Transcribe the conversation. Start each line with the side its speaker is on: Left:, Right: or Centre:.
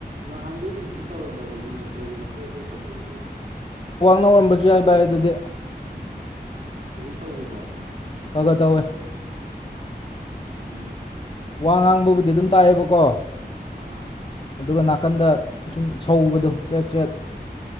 Right: ꯅꯍꯥꯟꯒꯩꯗꯤ ꯁꯤ ꯇꯧꯔꯝꯗꯕꯅꯤꯅꯦ ꯀꯩꯒꯤꯅꯣ ꯆꯦ ꯆꯦꯠ ꯇꯧꯈꯠꯂꯛꯏꯖꯤꯅ
Left: ꯔꯝꯕꯁꯨ ꯌꯥꯏ ꯚꯥꯏ ꯑꯗꯨꯗꯤ
Right: ꯍꯧꯖꯤꯛ ꯇꯧꯔꯤꯕꯣ
Left: ꯈ ꯈ ꯇꯧꯋꯦ
Right: ꯎꯝ
Left: ꯋꯥ ꯉꯥꯡꯕꯕꯨꯗꯤ ꯑꯗꯨꯝ ꯇꯥꯏꯌꯦꯕꯀꯣ
Right: ꯑꯥ
Left: ꯑꯗꯨꯒ ꯅꯥꯀꯟꯗ ꯁꯨꯝ ꯁꯎꯧꯕꯗꯣ ꯆ꯭ꯔꯦꯠ ꯆ꯭ꯔꯦꯠ